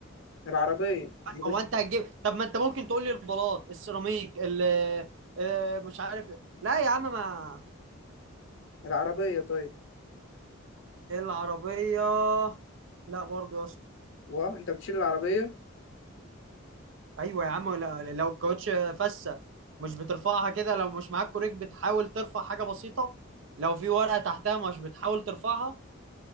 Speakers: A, on the left (about 65°); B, on the right (about 60°).
A: العربيه مش
B: هو انت هتجيب طب ما انت ممكن تقول لي البلاط السيراميك ال آه، مش عارف لا يا عم ما
A: العربيه طيب
B: العربية لا برضه يا اسطى
A: وانت بتشيل العربيه
B: ايوه يا عم لا- لو الكاوتش فسة مش بترفعها كده لو مش معاك كوريك بتحاول ترفع حاجة بسيطة لو في ورقة تحتها مش بتحاول ترفعها